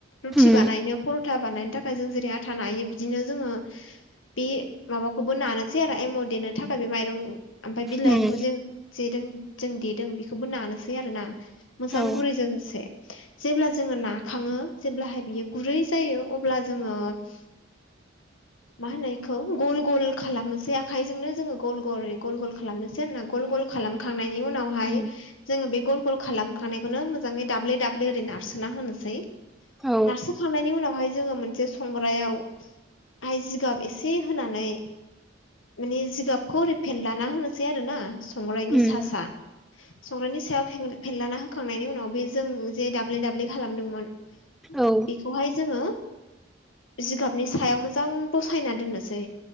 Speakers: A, on the left; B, in the centre.
A: रुटि
B: उम
A: बानायनो पर'था बानायनो थाखाय फ्राय जों जेरै आथा नायायो बिदिनो जोङो। बे माबाखौबो नानोसै आरो एम' देनो थाखाय बे माइरं ओमफ्राय बिलाइखौ
B: उम
A: जों जे जों देदों बेखौबो नानोसै आरो ना। मोजां
B: औ
A: गुरैजों लोगोसे जेब्ला जोङो ना खााङो जेब्लाहाय बियो गुरै जायो अब्ला जोङो <unintelligible> मा होननायखौ गल गल खालामनोसै आखाइजोंनो जोङो गल गल गल गल खालामनोसै होनना गल गल खालामखां खालामनायनि उनावहाय
B: उम
A: जों बे गल गल खालाम खौनो मोजाङै दाब्ले दाब्ले ओरै नारसोना होनोसै
B: औ
A: नारसोखांनायनि उनावहाय जोङो मोनसे संग्रायाव आइ जिगाब एसे होनानै माने जिगाबखौ ओरै फेनलाना होनोसै आरो ना। संग्रायनि
B: उम
A: सा सा संग्रायनि सायाव फेनलाना हो होखांनायनि उनाव बे जों जे दाब्ले दाब्ले खालामदोंमोन
B: औ
A: बेखौहाय जोङो <unintelligible> जिगाबनि सायाव मोजां बसायना दोननोसै